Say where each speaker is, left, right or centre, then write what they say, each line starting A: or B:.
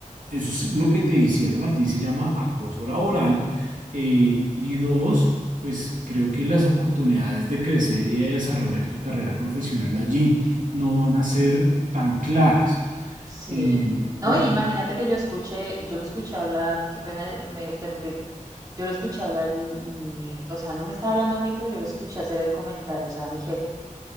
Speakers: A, on the right; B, on the right.
A: eso es lo que te hicieron a ti, se llama acoso laboral. Eh, y dos, pues creo que las oportunidades de crecer y de desarrollar tu carrera profesional allí no van a ser tan claras.
B: Sí,
A: Eh,
B: no,
A: por-
B: y imagínate que yo escuché, yo lo escuché hablar, qué pena eh, me interrumpirte, yo lo escuché hablar y, y, o sea, no me estaba hablando a mí, pero yo lo escuché hacer el comentario, o sea, a mi jefe,